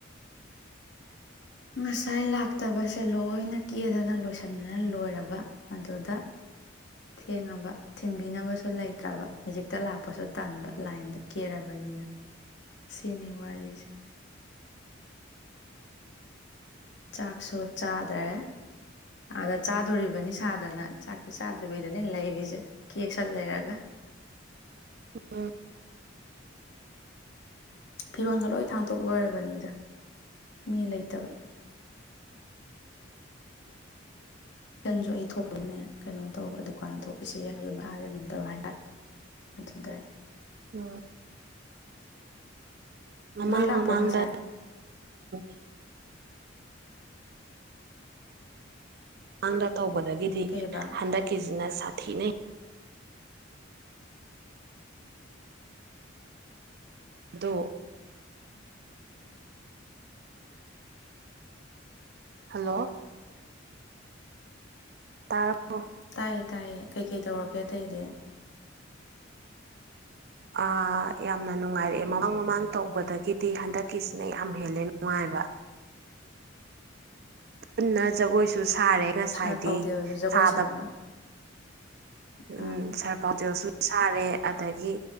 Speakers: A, on the left; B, on the right.
A: ꯉꯁꯥꯏ ꯂꯥꯛꯇꯕꯁꯦ ꯂꯣꯏꯅ ꯀꯦꯗꯅ ꯂꯣꯏꯁꯤꯟꯗꯅ ꯂꯣꯏꯔꯕ ꯑꯗꯨꯗ ꯊꯦꯡꯉꯕ ꯊꯤꯟꯕꯤꯅꯕꯁꯨ ꯂꯩꯇ꯭ꯔꯕ ꯃ‌ꯦꯖꯤꯛꯇ ꯂꯥꯛꯄꯁꯨ ꯇꯟꯥꯟꯕ ꯂꯥꯏꯟꯗ ꯀꯦꯔꯕꯅꯤꯅ ꯁꯤꯅꯤ ꯋꯥꯔꯤꯁꯦ ꯆꯥꯛꯁꯨ ꯆꯥꯗ꯭ꯔꯦ ꯑꯥꯗ ꯆꯥꯗꯣꯔꯤꯕꯅꯤ ꯆꯥꯗꯅ ꯆꯥꯛꯁꯨ ꯆꯥꯗꯕ <unintelligible> ꯗꯅꯦ ꯂꯩꯔꯤꯁꯦ ꯀꯦꯛꯁꯟ ꯂꯩꯔꯒ
B: ꯎꯝ
A: ꯐꯤꯔꯣꯟꯜꯒ ꯂꯣꯏ ꯊꯥꯡꯇꯣꯛ ꯂꯣꯏꯔꯕꯅꯤꯗ ꯃꯤ ꯂꯩꯇꯕ ꯏꯀꯟꯁꯨ ꯑꯩ ꯊꯣꯛꯄꯅꯦ ꯀꯩꯅꯣ ꯇꯧꯕ ꯗꯨꯀꯥꯟꯗ ꯊꯣꯛꯄꯤꯁꯤ ꯃꯈꯥꯗ ꯉꯝꯗꯕ ꯍꯥꯏꯇꯥꯔꯦ ꯑꯗꯨꯗꯤ
B: ꯎꯝ ꯃꯃꯥꯡ
A: ꯂꯣꯏ ꯂꯥꯛꯄ꯭ꯔꯣ
B: ꯃꯃꯥꯡꯗꯥ
A: ꯉꯁꯥꯏ
B: <unintelligible> <unintelligible> ꯇꯧꯕꯗꯒꯤꯗꯤ
A: ꯀꯩꯕ
B: ꯍꯟꯗꯛꯀꯤ ꯑꯗꯨꯅ ꯁꯥꯊꯤꯅꯩ ꯑꯥꯗꯣ ꯍꯜꯂꯣ ꯇꯔꯕ‌ꯣ
A: ꯇꯥꯏꯌꯦ ꯇꯥꯏꯌꯦ ꯀꯩꯀꯩ ꯇꯧꯔꯒꯦ ꯑꯇꯩꯗꯤ
B: ꯑꯥ ꯌꯥꯝꯅ ꯅꯨꯡꯉꯥꯏꯔꯛꯑꯦ ꯃꯃꯥꯡ ꯃꯃꯥꯡ ꯇꯧꯕꯗꯒꯤꯗꯤ ꯍꯟꯗꯛꯀꯤꯁꯤꯅ ꯌꯥꯝ ꯍꯦꯜꯂꯦ ꯅꯨꯡꯉꯥꯏꯕ ꯄꯨꯅ ꯖꯒꯣꯏꯁꯨ ꯁꯥ ꯁꯥꯔꯦ ꯉꯁꯥꯏꯗꯤ
A: ꯁꯥꯔ ꯄꯥꯎꯗꯦꯜꯁꯨ ꯖꯒꯣꯏ
B: ꯁꯥꯗꯤ
A: ꯁꯥꯕ
B: <unintelligible> ꯎꯝ
A: ꯑꯥ
B: ꯁꯔ ꯄꯥꯎꯖ ꯁꯨ ꯁꯥꯔꯦ ꯑꯗꯒꯤ